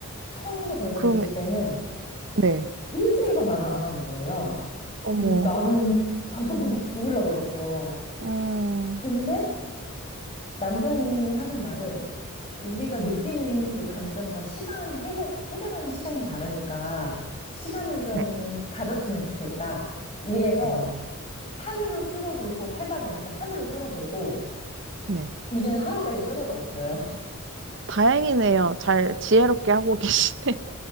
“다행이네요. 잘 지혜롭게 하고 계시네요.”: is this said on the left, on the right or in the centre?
Right